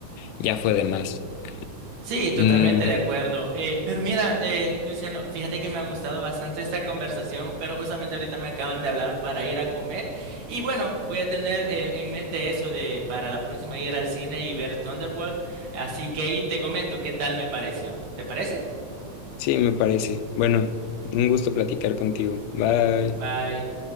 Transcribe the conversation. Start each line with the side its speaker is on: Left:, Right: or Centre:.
Left: ya fue de más.
Right: Sí, totalmente
Left: Mm,
Right: de acuerdo. Eh, pero mira, eh, Luciano, fíjate que me ha gustado bastante esta conversación, pero justamente ahorita me acaban de hablar para ir a comer. Y bueno, voy a tener eh, en mente eso de para la próxima ir al cine y ver Thunderworld. Así que ahí te comento qué tal me pareció. ¿Te parece?
Left: sí, me parece. Bueno, un gusto platicar contigo. Bye.
Right: Gu- Bye.